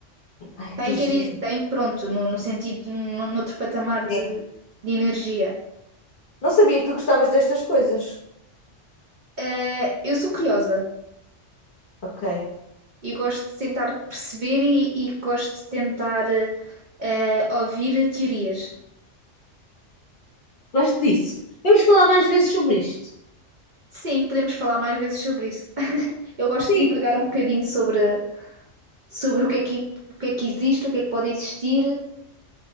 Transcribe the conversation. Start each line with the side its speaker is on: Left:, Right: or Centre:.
Left: Ai,
Right: Tem,
Left: que giro.
Right: quer dizer, tem, pronto, no, no sentido, no, noutro patamar de,
Left: Sim.
Right: de energia.
Left: Não sabia que tu gostavas destas coisas.
Right: Eh, eu sou curiosa.
Left: Ok.
Right: e gosto de tentar perceber e, e gosto de tentar eh, eh, ouvir teorias.
Left: Gosto disso. Vamos falar mais vezes sobre isto.
Right: Sim, podemos falar mais vezes sobre isso. <laughs> Eu gosto
Left: Sim.
Right: de divagar um bocadinho sobre, sobre o que é que, o que é que existe, o que é que pode existir